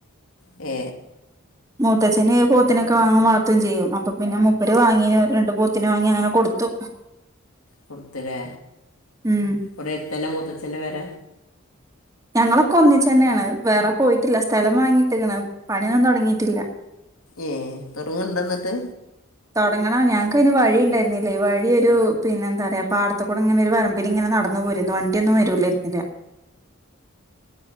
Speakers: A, on the left; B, on the right.
A: ഏ
B: മൂത്തച്ഛന് പോത്തിനൊക്കെ വാങ്ങും വളർതേം ചെയ്യും അപ്പൊ പിന്നെ മൂപ്പര് വാങ്ങീ രണ്ട് പോത്തിനെ വാങ്ങി അങ്ങനെ കൊടുത്തു
A: കൊടുത്തല്ലേ
B: ഉം
A: വടെ എടുത്തന മുത്തച്ഛന്റെ പേര
B: ഞങ്ങളൊക്കെ ഒന്നിച്ചന്നാണ് വേറെ പോയിട്ടില്ല സ്ഥലം വാങ്ങിട്ടേക്കണ് പണിയൊന്നും തൊടങ്ങിയിട്ടില്ല
A: ഏ തൊടങ്ങ്ണ്ട ന്നിട്ട്
B: തൊടങ്ങണം ഞങ്ങൾക്കയ്ന് വഴിണ്ടായിരുന്നില്ല ഈ വഴി ഒരു പിന്നെന്താറയാ പടത്തേക്കൂടെ ഇങ്ങനെ ഒരു വരമ്പിന് ഇങ്ങനെ നടന്ന് നടന്നുപോരും വണ്ടിഒന്നും വരൂലയിരുന്നില്ല